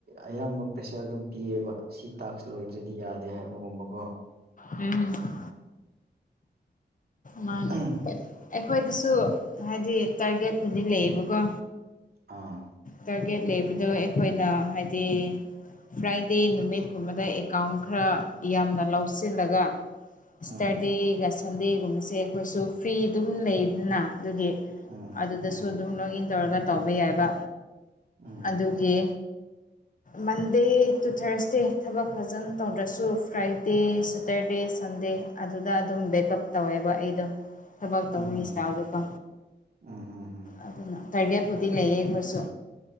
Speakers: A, on the right (about 60°); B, on the left (about 50°).
A: ꯑꯌꯥꯝꯕ ꯄ꯭ꯔꯦꯁꯔ ꯑꯗꯨꯝ ꯄꯤꯌꯦꯕ ꯁꯤ ꯇꯥꯛꯁ ꯂꯣꯏꯗ꯭ꯔꯗꯤ ꯌꯥꯗꯦ ꯍꯥꯏꯕꯒꯨꯝꯕ ꯀꯣ
B: ꯎꯝ ꯃꯥꯅꯦ
A: ꯎꯝ
B: ꯑꯩꯈꯣꯏꯗꯁꯨ ꯍꯥꯏꯗꯤ ꯇꯥꯔꯒꯦꯠꯄꯨꯗꯤ ꯂꯩꯌꯦꯕꯀꯣ
A: ꯑꯥ
B: ꯇꯥꯔꯒꯦꯠ ꯂꯩꯕꯗꯣ ꯑꯩꯈꯣꯏꯅ ꯍꯥꯏꯗꯤ ꯐ꯭ꯔꯥꯏꯗꯦ ꯅꯨꯃꯤꯠꯀꯨꯝꯕꯗ ꯑꯦꯀꯥꯎꯟ ꯈꯔ ꯌꯥꯝꯅ ꯂꯧꯁꯤꯜꯂꯒ
A: ꯎꯝ
B: ꯁꯇꯔꯗꯦꯒ ꯁꯟꯗꯦꯒꯨꯝꯕꯁꯦ ꯑꯩꯈꯣꯏꯁꯨ ꯐ꯭ꯔꯤ ꯑꯗꯨꯝ ꯂꯩꯗꯅ ꯑꯗꯨꯒꯤ
A: ꯎꯝ
B: ꯑꯗꯨꯗꯁꯨ
A: ꯎꯝ
B: ꯑꯗꯨꯝ ꯂꯣꯛ ꯏꯟ ꯇꯧꯔꯒ ꯇꯧꯕ ꯌꯥꯏꯕ
A: ꯎꯝ
B: ꯑꯗꯨꯒꯤ ꯃꯟꯗꯦ ꯇꯨ ꯊꯔꯁꯗꯦ ꯊꯕꯛ ꯐꯖꯅ ꯇꯧꯗꯁꯨ ꯐ꯭ꯔꯥꯏꯗꯦ ꯁꯇꯔꯗꯦ ꯁꯟꯗꯦ ꯑꯗꯨꯗ ꯑꯗꯨꯝ ꯕꯦꯛꯀꯞ ꯇꯧꯋꯦꯕ ꯑꯩꯗꯣ ꯊꯕꯛ
A: ꯎꯝ
B: ꯇꯧꯕꯒꯤ
A: ꯎꯝ
B: ꯏꯁꯇꯥꯜꯗꯨꯀꯣ
A: ꯎꯝ ꯍꯝ ꯍꯝ
B: ꯑꯗꯨꯅ ꯄ꯭ꯔꯥꯏꯕꯦꯠꯄꯨꯗꯤ ꯂꯩꯌꯦ ꯑꯩꯈꯣꯏꯁꯨ꯫